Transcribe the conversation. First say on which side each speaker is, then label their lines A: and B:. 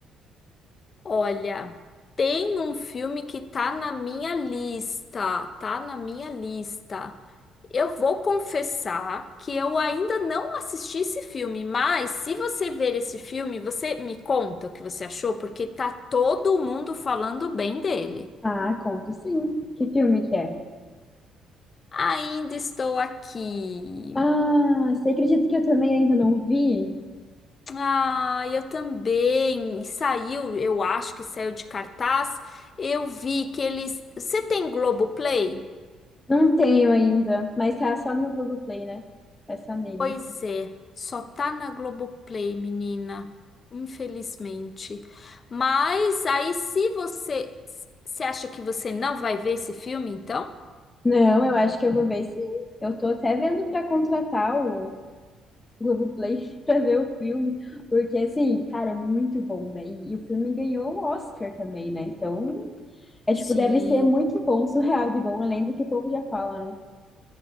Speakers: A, on the left; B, on the left.
A: Olha, tem um filme que tá na minha lista, tá na minha lista. Eu vou confessar que eu ainda não assisti esse filme, mas se você ver esse filme, você me conta o que você achou, porque tá todo mundo falando bem dele.
B: Ah, conto sim. Que filme que é?
A: Ainda estou aqui.
B: Ah, você acredita que eu também ainda não vi?
A: Ah, eu também. E saiu, eu acho que saiu de cartaz. Eu vi que eles. Você tem Globoplay?
B: Não tenho ainda, mas tá só no Google Play, né? É só nele.
A: Pois é, só tá na Globoplay, menina. Infelizmente. Mas aí, se você. Você acha que você não vai ver esse filme, então?
B: Não, eu acho que eu vou ver sim. Eu tô até vendo pra contratar o Globoplay <laughs> pra ver o filme, porque assim, cara, é muito bom, velho. E o filme ganhou o Oscar também, né? Então, é
A: Sim.
B: tipo, deve ser muito bom, surreal de bom, além do que o povo já fala, né?